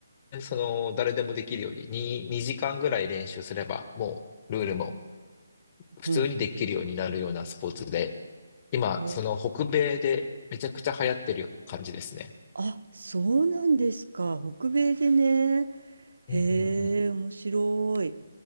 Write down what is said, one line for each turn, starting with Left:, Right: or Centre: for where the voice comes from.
Left: その、誰でもできるように、2、2時間ぐらい練習すれば、もう、ルールも普通にできるようになるようなスポーツで、
Right: うん。
Left: 今、
Right: へえ。
Left: その北米でめちゃくちゃ流行ってる感じですね。
Right: あ、そうなんですか。北米でね。へえ、
Left: うんうんうん。
Right: 面白い。